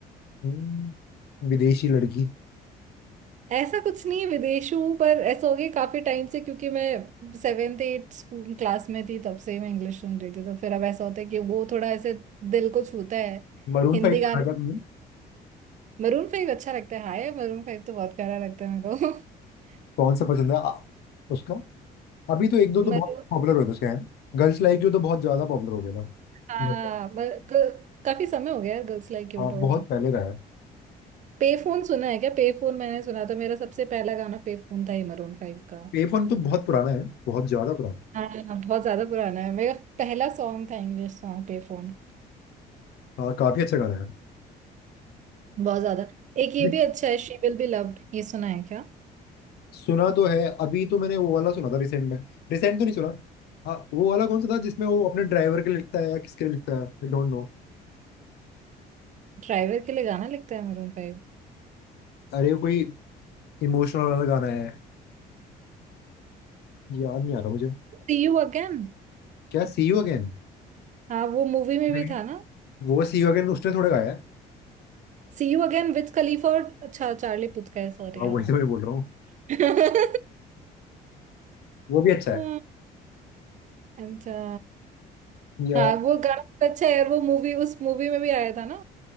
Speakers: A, on the left; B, on the right.
A: हम्म, विदेशी लड़की
B: ऐसा कुछ नहीं है विदेशी हूँ पर ऐसा हो गया काफी टाइम से क्योंकि मैं सेवेंथ एट स्कूल क्लास में थी तब से ही मैं इंग्लिश सुन रही थी तो फिर अब ऐसा होता है कि वो थोड़ा ऐसे दिल को छूता है
A: मरून
B: हिंदी
A: फाइव सुना
B: गाने
A: है क्या तुमने
B: मरून फाइव अच्छा लगता है हाय मरून फाइव तो बहुत प्यारा लगता है मेरे को <laughs>
A: कौन सा पसंद है आ, उसका अभी तो एक दो तो
B: मरून
A: बहुत पॉपुलर हुए थे उसके हैं गर्ल्स लाइक यू तो बहुत ज्यादा पॉपुलर हो गया था
B: हाँ
A: बहुत-
B: ब- ग- काफी समय हो गया यार गर्ल्स लाइक क्यूट
A: हाँ
B: हो
A: बहुत
B: तो
A: पहले का है
B: पे फोन सुना है क्या पे फोन मैंने सुना था मेरा सबसे पहला गाना पे फोन था ही मरून फाइव का
A: पे तो बहुत पुराना है बहुत ज्यादा पुराना
B: हाँ हाँ, बहुत ज्यादा पुराना है मेरा पहला सॉन्ग था इंग्लिश सॉन्ग पे फोन
A: हाँ काफी अच्छा गाना है
B: बहुत ज्यादा एक ये
A: अभी
B: भी अच्छा है शी विल बी लव्ड ये सुना है क्या
A: सुना तो है अभी तो मैंने वो वाला सुना था रिसेंट में रिसेंट तो नहीं सुना हाँ वो वाला कौन सा था जिसमें वो अपने ड्राइवर के लिए लिखता है या किसके लिए लिखता है आई डोंट नो
B: ड्राइवर के लिए गाना लिखता है Maroon Five
A: अरे वो कोई इमोशनल वाला गाना है याद नहीं आ रहा मुझे
B: See you again
A: क्या सी यू अगेन
B: हाँ वो मूवी में भी
A: नहीं
B: था ना
A: वो सी यू अगेन उसने थोड़ा गाया है
B: See you again Wiz Khalifa और अच्छा चार्ली पुथ का है सॉरी
A: हाँ
B: हाँ
A: वही तो मैं बोल रहा हूँ
B: <laughs>
A: वो भी अच्छा है
B: हाँ, अच्छा
A: या
B: हाँ वो गाना बहुत अच्छा है और वो मूवी उस मूवी में भी आया था ना